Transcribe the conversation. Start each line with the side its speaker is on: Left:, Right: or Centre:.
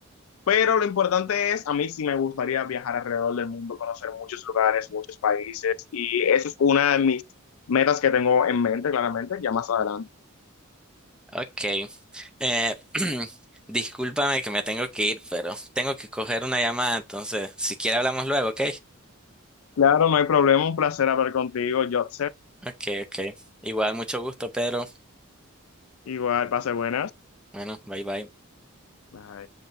Left: Pero lo importante es, a mí sí me gustaría viajar alrededor del mundo, conocer muchos lugares, muchos países, y eso es una de mis metas que tengo en mente, claramente, ya más adelante.
Centre: Ok. Eh, <clears throat> discúlpame que me tengo que ir, pero tengo que coger una llamada, entonces si quiere hablamos luego, ¿ok?
Left: Claro, no hay problema, un placer hablar contigo, Jotzer.
Centre: Ok, ok. Igual, mucho gusto, Pedro.
Left: Igual, pase buenas.
Centre: Bueno, bye bye.
Left: Bye.